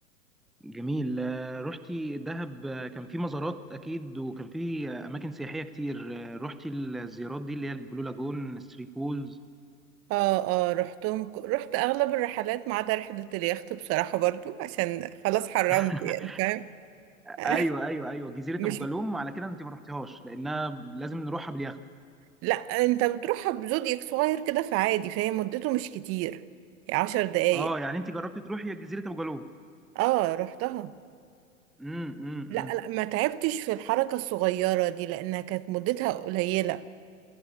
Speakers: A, in the centre; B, on the right (about 35°).
A: جميل آه، رحتي دهب آه، كان في مزارات اكيد وكان في آه، اماكن سياحيه كتير آه، رحتي الزيارات دي اللي هي البلو لاجون ثري بولز
B: اه اه رحتهم ك- رحت اغلب الرحلات ما عدا رحلة اليخت بصراحة برضو عشان خلاص حرمت
A: <laughs>
B: يعني فاهم
A: ايوه
B: <laughs>
A: ايوه ايوه جزيره
B: مش
A: ابو جالوم على كده انت ما رحتيهاش لانها لازم نروحها باليخت
B: لا انت بتروحها بزودياك صغير كده فعادي فهي مدته مش كتير يعني عشر دقايق
A: اه يعني انت جربتي تروحي جزيره ابو جالوم
B: اه رحتها
A: امم امم
B: لا
A: إمم.
B: لا ما تعبتش في الحركة الصغيرة دي لأنها كانت مدتها قليلة